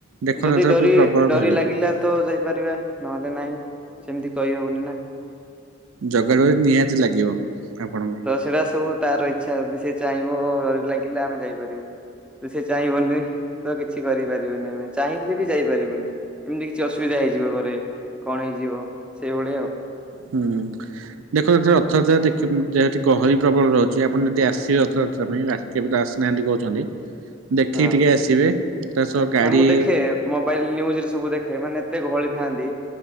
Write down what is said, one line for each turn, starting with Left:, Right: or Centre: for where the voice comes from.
Right: ଦେଖନ୍ତୁ
Centre: ଯଦି
Right: ଏଥର
Centre: ଡୋରି
Right: ବି ପ୍ରବଳ
Centre: ଡରି
Right: ଗହଳି
Centre: ଲାଗିଲା ତ ଯାଇପାରିବା ନହେଲେ ନାହିଁ ସେମିତି କହିହବନି ନାଁ।
Right: ଜଗା ଡୋରି ନିହାତି ଲାଗିବ ଆପଣଙ୍କୁ।
Centre: ସେଟା ସବୁ ତାର ଇଚ୍ଛା ଯଦି ସେ ଚାହିଁବ ଡରି ଲାଗିଲେ ଆମେ ଯାଇପାରିବୁ। ତୁ ସେ ଚାହିଁବନି। ତ କିଛି କରିପାରିବନି ଆମେ ଚାହିଁଲେ ବି ଯାଇପାରିବୁନି ଏମିତି କିଛି ଅସୁବିଧା ହେଇଯିବ ଘରେ। କଣ ହେଇଯିବ ସେଇଭଳିଆ ଆଉ।
Right: ହୁଁ ଦେଖନ୍ତ ରଥଯାତ୍ରା ଦେଖିବ ଦେହି ଗହଳି ପ୍ରବଳ ରହୁଚି ଆପଣ ଯଦି ଆସିବେ ରଥଯାତ୍ରା <unintelligible> ପାଇଁ ରାତି ତ ଆସିନାହାନ୍ତି କହୁଛନ୍ତି ଦେଖିକି
Centre: ହଁ।
Right: ଟିକେ ଆସିବେ ତା ସହ ଗାଡ଼ି
Centre: ନା ମୁଁ ଦେଖେ ମୋବାଇଲ ନ୍ୟୁଜରେ ସବୁ ଦେଖେ ମାନେ ଏତେ ଗହଳି ଥାଆନ୍ତି।